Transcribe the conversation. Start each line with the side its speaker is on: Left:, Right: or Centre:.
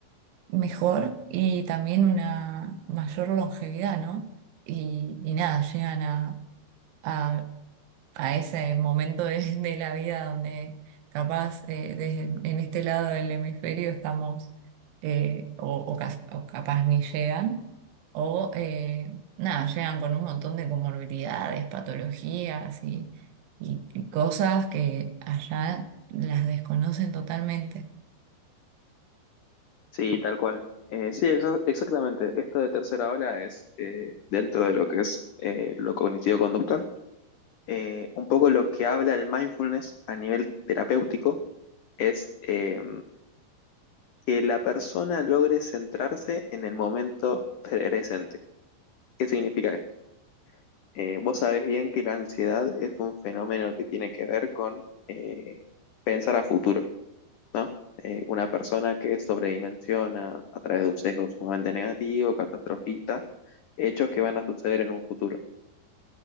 Right: mejor y también una mayor longevidad, ¿no? Y, y nada, llegan a, a ese momento de, de la vida donde capaz eh, desde, en este lado del hemisferio estamos eh, o, o cas- o capaz ni llegan o eh, nada, llegan con un montón de comorbilidades, patologías y, y- y cosas que allá las desconocen totalmente.
Left: Sí, tal cual. Eh, sí, exa- exactamente. Esto de tercera ola es, eh, dentro de lo que es eh, lo cognitivo-conductual, eh, un poco lo que habla el mindfulness a nivel terapéutico es eh, que la persona logre centrarse en el momento presente. ¿Qué significa esto? Eh, vos sabés bien que la ansiedad es un fenómeno que tiene que ver con eh, pensar a futuro. ¿no? Eh, una persona que sobredimensiona a través de un sesgo sumamente negativo, catastrofista, hechos que van a suceder en un futuro.